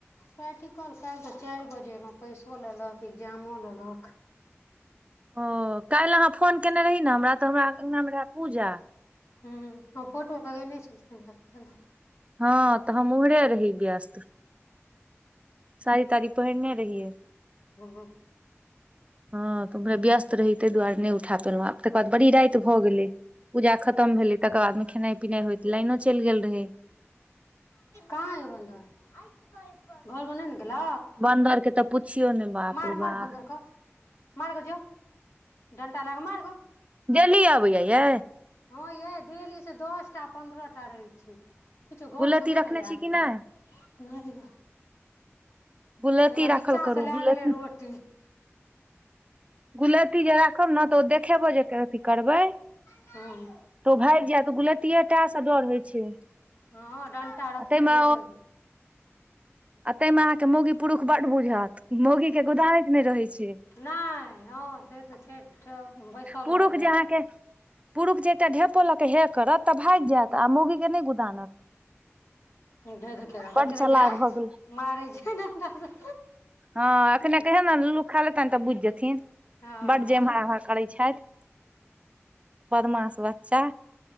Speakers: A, on the left; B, on the right.
A: प्रैक्टिकल काल्हि तऽ चार बजे अयलहुँ पैसो लेलक एग्जामो लेलक
B: ओ काल्हि अहाँ फोन केयने रही ने हमरा त हमरा अंगनमे रहय पूजा
A: हा, ओ फोटो लगेने छलखिन देखल
B: हाँ तऽ हम उमहरो रहि बेस्त सारी तारी पहिरने रहिये।
A: हु।
B: हाँ तऽ हमरा व्यस्त रही ताहि दुआरे नहि उठा पेलहुँ आब तकर बाद बड़ी राति भऽ गेलै। पूजा खत्म भेलै तकर बाद मे खेनाइ पिनाइ होयत लाइनो चलि गेल रहे
A: कहा ये बन्दर घर मे उपड़ उपड़ नहि ने गेलौ
B: बन्दर के तऽ पुछियौ ने। बाप
A: मार
B: रौ
A: मार
B: बाप
A: बन्दर कऽ मार जो डंटा लऽ कऽ मार गऽ
B: डेल्ली आबैय यै
A: हाँ ये डेली से दसटा पंन्द्रहटा रहै छै। किछो घरसँ
B: गुलती
A: नै
B: रखने
A: लए
B: छी
A: गेले
B: कि नहि
A: नहिं
B: गुलती
A: हआ नीचा
B: राखल करू
A: सँ लए
B: गुलती
A: गेलै रोटी
B: गुलेती जे राखब ने तऽ ओ देखेबो जे अथि करबै
A: हाँ।
B: तो भागि जाय तऽ गुलेतीटा से डर होई छै
A: हाँ, डण्टा रखने
B: आ ताहिमे
A: रहै छै एगो
B: आ ता मे अहाँ कऽ मौगी पुरुख बड़ बुझत मौगी के गुदानैत नहि रहै छै
A: नै हा से तऽ छै बैसल
B: पुरुख
A: रहत
B: जे
A: आओर
B: अहाँकेँ
A: वएह
B: पुरुख जे एकटा ढेपो लऽ के हे करत तऽ भागि जायत तऽ आ मौगीके नहि गुदानत
A: धे देखियौ देखियौ
B: बड़ चलाक
A: देखियौ
B: भऽ गेल
A: मारै छै डण्टा सँ
B: हाँ एखने के ने ल्लू खा लेतनि तऽ बुझि जेथिन
A: हँ
B: बड़ जे मा करै छैथ बदमाश बच्चा